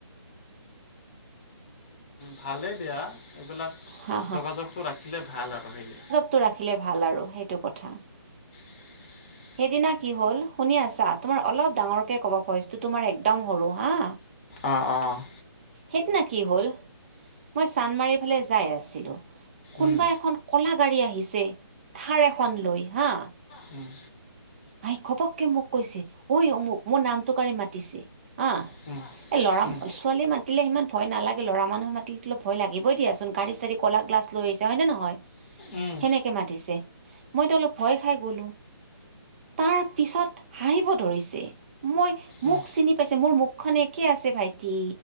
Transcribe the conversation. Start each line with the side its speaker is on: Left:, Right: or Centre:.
Left: ভালেই দিয়া। এইবিলাক
Right: হা
Left: যোগাযোগটো ৰাখিলে ভাল আৰু সেয়।
Right: টো ৰাখিলে ভাল আৰু সেইটো কথা।
Left: <unintelligible>
Right: সেইদিনা কি হ'ল শুনি আছা? তোমাৰ অলপ ডাঙৰকে কবা ভইচটো তোমাৰ একদম সৰু হা।
Left: অ' অ' অ'
Right: সেইদিনা কি হ'ল মই চান্মাৰি ফালে যাই আছিলোঁ কোনোবা
Left: উম
Right: এখন কলা গাড়ী আহিছে, থাৰ এখন লৈ হা
Left: হম।
Right: আহ খপককে মোক কৈছে ঐ অমুক, মোৰ নামটো কাৰি মাতিছে হা।
Left: <unintelligible>
Right: এ লৰা
Left: উম
Right: ম ছোৱালীয়ে মাতিলে ইমান ভয় নালাগে। লৰা মানুহে মাতিলে অলপ ভয়‌ লাগিবই দিয়া চোন‌। গাড়ী চাড়ী কলা গ্লাছ লৈ আহিছে হয়নে নহয়।
Left: উম
Right: সেনেকে মাতিছে মইতো অলপ ভয় খাই গ'লো। তাৰ পিছত হাঁহিব ধৰিছে। মই
Left: উম
Right: মোক চিনি পাইছে, মোৰ মুখ খন একে আছে ভাইটি।